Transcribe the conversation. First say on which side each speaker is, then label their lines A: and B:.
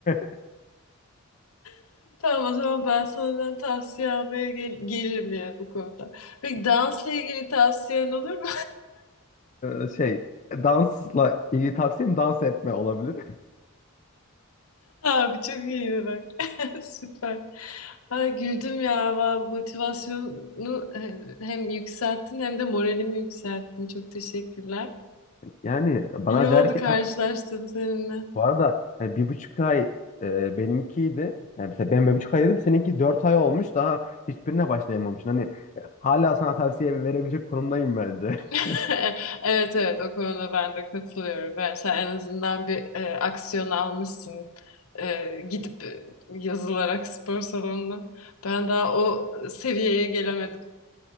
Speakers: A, on the left; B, on the left.
A: <laughs>
B: <laughs> Tamam o zaman ben senden tavsiye almaya gel- gelirim yani bu konuda. Peki dansla ilgili tavsiyen olur mu?
A: E, şey dansla ilgili tavsiyem dans etme olabilir.
B: Abi çok iyiydi bak. <laughs> Süper. Ay, güldüm ya. Va- Motivasyonu e, hem yükselttin hem de moralimi yükselttin. Çok teşekkürler.
A: Yani bana
B: İyi oldu
A: der ki
B: karşılaştığım seninle.
A: Bu arada hani bir buçuk ay e, benimkiydi. Yani mesela ben bir buçuk ay dedim. Seninki dört ay olmuş. Daha hiçbirine başlayamamışsın. Hani e, hala sana tavsiye verebilecek konumdayım bence.
B: <laughs>
A: <laughs>
B: Evet evet o konuda ben de katılıyorum. Yani sen en azından bir e, aksiyon almışsın. E, gidip e, yazılarak spor salonuna. Ben daha o seviyeye gelemedim.